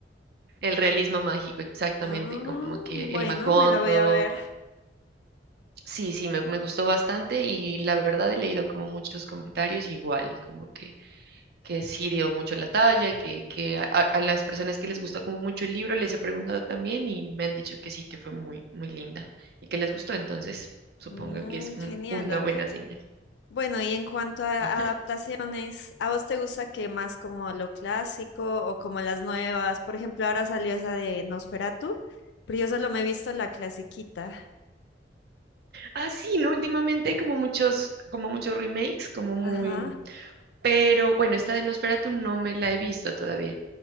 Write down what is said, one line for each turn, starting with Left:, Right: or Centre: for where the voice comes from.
Right: El realismo mágico, exactamente,
Left: Ah,
Right: como que
Left: bueno,
Right: el Macondo,
Left: me la voy a ver.
Right: Sí, sí, me, me gustó bastante y la verdad he leído como muchos comentarios igual, como que, que sí dio mucho la talla, que, que a, a- a las personas que les gusta como mucho el libro les he preguntado también y me han dicho que sí, que fue muy, muy linda y que les gustó, entonces supongo
Left: Mm,
Right: que es un-
Left: genial,
Right: una
Left: Ole.
Right: buena señal.
Left: Bueno, y en cuanto a
Right: Ujú.
Left: adaptaciones, ¿a vos te gusta que más como lo clásico o como las nuevas? Por ejemplo, ahora salió esa de Nosferatu, pero yo solo me he visto la clasiquita.
Right: Ah, sí, ¿no? Últimamente hay como muchos, como muchos remakes, como muy...
Left: Ajá.
Right: Pero bueno, esta de Nosferatu no me la he visto todavía.